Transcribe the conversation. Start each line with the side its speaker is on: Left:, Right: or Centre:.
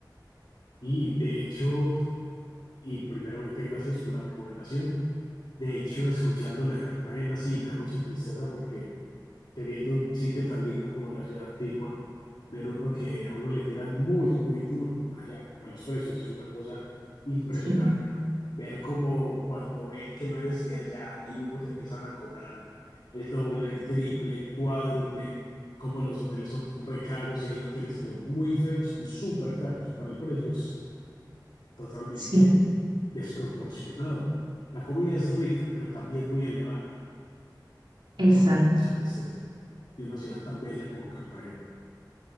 Left: Y de hecho, y primeramente gracias por la recomendación. De hecho, escuchando lo de Cartagena, sí, me da mucha tristeza porque teniendo un sitio tan lindo como la ciudad antigua, ver uno que a uno le tiran muy, muy duro allá, pues los precios es una cosa impresionante.
Right: Sí,
Left: Ver como cuando ven que no eres de allá, ahí mismo te empiezan a cobrar el doble, el triple, el cuádruple, como los hoteles son re caros y hay hoteles que son muy feos y súper caros. Para el precio es totalmente
Right: sí,
Left: desproporcionado. La comida es rica, pero también muy elevada.
Right: exacto.
Left: Eso me da mucha tristeza de una ciudad tan bella como Cartagena.